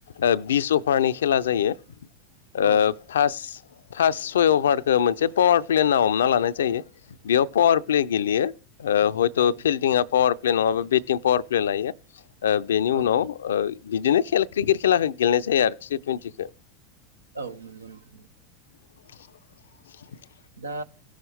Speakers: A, on the left; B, on the right.
A: ओ बिस अफ हरनि खेला जायो ओ
B: औ
A: फास फास सय अभारखो मोनसे पावार प्ले होन्ना हमना लानाय जायो बेयाव पावार प्ले गेलेयो। ओ हयट'
B: औ
A: फिल्डिंआ पावार प्ले नङाबा बेटिं पावार प्ले लायो। ओ बेनि
B: औ
A: उनाव ओ बिदिनो खेल क्रिकेट खेलाखो गेलेनाय जायो आरो टि टुइन्टिखो।
B: औ नंगौ नोंथां।
A: <inaudible>
B: दा